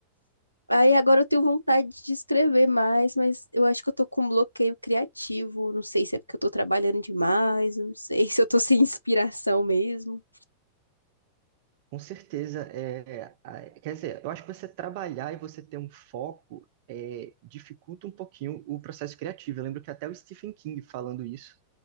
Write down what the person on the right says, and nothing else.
Com certeza, é, a- quer dizer, eu acho que você trabalhar e você ter um foco é, dificulta um pouquinho o processo criativo. Eu lembro que até o Stephen King falando isso,